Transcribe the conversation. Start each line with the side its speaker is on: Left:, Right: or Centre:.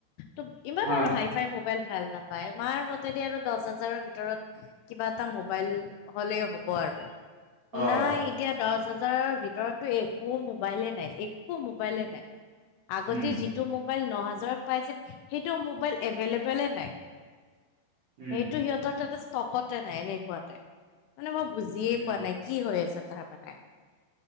Left: তো ইমান
Right: হা
Left: আৰু হাই ফাই মোবাইল ভাল নাপ পায়। মাৰ মতে দি আৰু দহ হাজাৰৰ ভিতৰত কিবা এটা মোবাইল হ'লেই হ'ব আৰু।
Right: অ'
Left: নাই এতিয়া দহ হাজাৰৰ ভিতৰততো একো মোবাইলে নাই একো মোবাইলে নাই। আগতে
Right: উম,
Left: যিটো মোবাইল ন হাজাৰত পাই আছিল সেইটো মোবাইল এভেইলেবলে নাই।
Right: উম,
Left: সেইটো সিহঁতৰ তাতে ষ্টকতে নাই এনেকুৱা টাইপ, মানে মই বুজিয়ে
Right: উম,
Left: পোৱা নাই। কি হৈ আছে তাৰমানে।